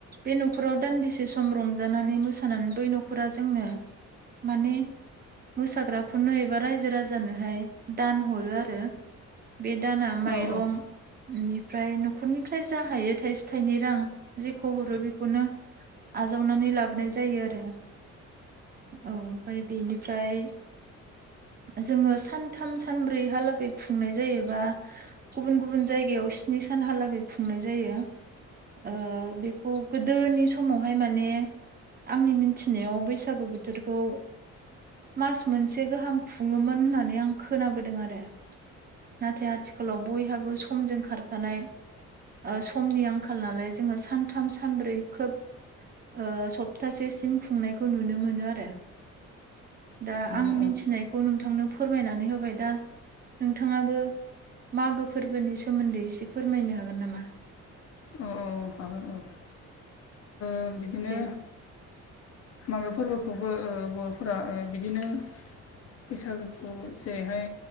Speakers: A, on the right (about 30°); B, on the left (about 50°).
A: बे न'खराव दानदिसे सम रंजानानै मोसानानै बै न'खरा जोंनो माने मोसाग्राफोरनो एबा रायजो राजानोहाय दान हरो आरो बे दाना
B: नंगौ
A: माइरं बेनिफ्राय न'खरनिफ्राय जा हायो थाइसे थाइनै रां जेखौ हरो बेखौनो आजावनानै लाबोनाय जायो आरो औ ओमफ्राय बेनिफ्राय जोङो सानथाम सानब्रैहालागै खुंनाय जायो। बा गुबुन गुबुन जायगायाव स्नि सानहाालागै खुंनाय जायो। ओ बेखौ गोदोनि समावहाय माने आंनि मिथिनायाव बैसागु बोथोरखौ मास मोनसे गाहाम खुङोमोन होननानै आं खोनाबोदों आरो नाथाय आथिखालाव बयहाबो समजों खारफानाय ओ समनि आंखाल नालाय जोङो सानथाम सानब्रै खोब ओ सप्तासेसिम खुंनायखौ नुनो मोनो आरो दा आं
B: औ
A: मिथिनायखौ नोंथांनो फोरमायनानै होबाय दा नोंथाङाबो मागो फोरबोनि सोमोन्दै एसे फोरमायनो हागोन नामा?
B: ओम <inaudible> ओम बिदिनो
A: दे
B: मागो फोरबोखौबो ओ बर'फोरा ओ बिदिनो बैसागोखौ जेरैहाय